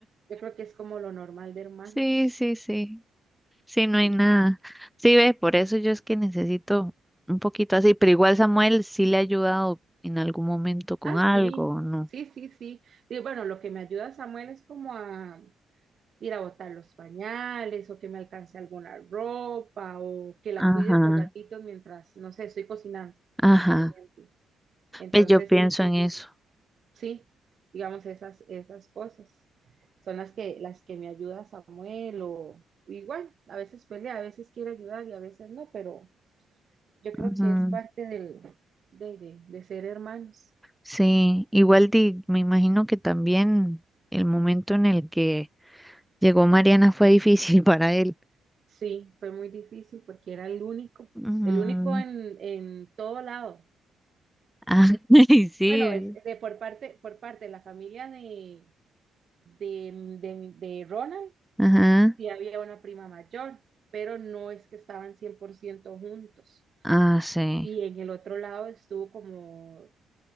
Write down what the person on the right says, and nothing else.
Yo creo que es como lo normal de hermanos.
Sí.
Ah,
sí,
sí, sí, sí. Y bueno, lo que me ayuda Samuel es como a ir a botar los pañales o que me alcance alguna ropa o que la
cuide por ratitos mientras, no sé, estoy cocinando,
por ejemplo. Entonces,
sí, sí,
Sí, digamos esas, esas cosas son las que, las que me ayuda Samuel o igual, a veces pelea, a veces quiere ayudar y a veces no, pero yo creo
que es parte del, de, de, de ser hermanos.
Sí, fue muy difícil porque era el único,
el único en, en todo lado.
Bueno,
es de, por parte, por parte de la familia de, de, de, de Ronald,
sí había una prima mayor, pero no es que estaban 100% juntos.
y en el otro lado estuvo como